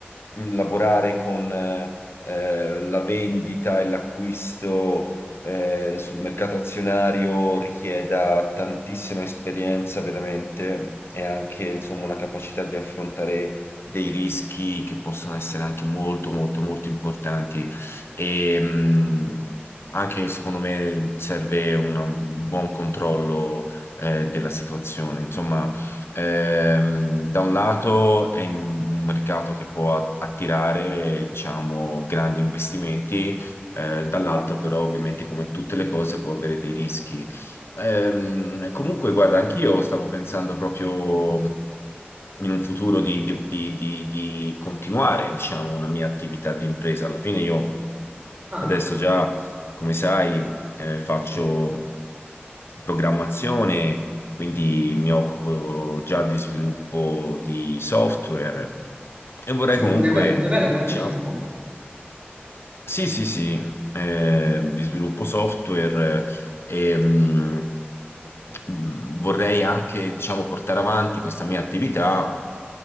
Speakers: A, on the left (about 75°); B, on the right (about 30°).
A: mh, lavorare con eh, eh, la vendita e l'acquisto eh, sul mercato azionario richieda tantissima esperienza veramente e anche insomma una capacità di affrontare dei rischi che possono essere anche molto molto molto importanti e mh, anche secondo me serve una- un buon controllo eh, della situazione. Insomma, Ehm, da un lato è un mercato che può a- attirare, eh, diciamo, grandi investimenti, eh, dall'altro però ovviamente come tutte le cose può avere dei rischi. Ehm, comunque, guarda, anch'io stavo pensando proprio in un futuro di, di- di- di- di continuare, diciamo, una mia attività di impresa. Alla fine io
B: Ah.
A: Adesso già, come sai, eh, faccio
B: Sì.
A: programmazione, quindi mi occupo già di sviluppo di software e vorrei
B: Sei
A: comunque,
B: un, deve- un developer,
A: diciamo,
B: diciamo?
A: sì, sì, sì, eh, di sviluppo software eh, e mh, mh, vorrei anche, diciamo, portare avanti questa mia attività